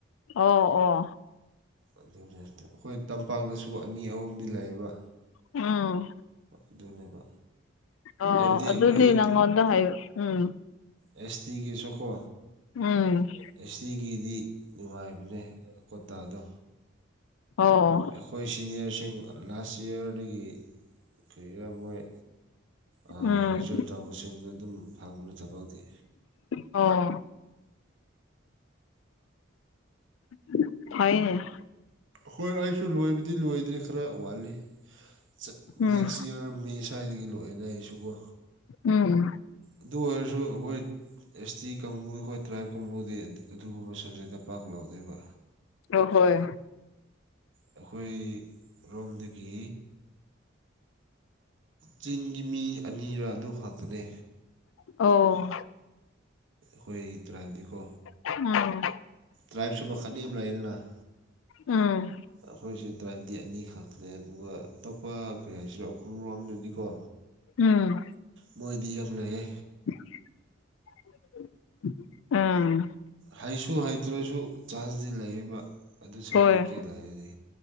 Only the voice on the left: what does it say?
ꯑꯣ ꯑꯣ
ꯑ
ꯑꯣ
ꯑꯗꯨꯗꯤ ꯅꯪꯉꯣꯟꯗ ꯍꯥꯏꯌꯨ ꯎꯝ
ꯎꯝ
ꯑꯣ
ꯎꯝ
ꯑꯣ <unintelligible> ꯍꯥꯏꯅꯦ
ꯎꯝ
ꯎꯝ
ꯑꯣ ꯍꯣꯏ
ꯑꯣ
ꯎꯝ
ꯎꯝ
ꯎꯝ
<unintelligible> ꯑꯝ
ꯍꯣꯏ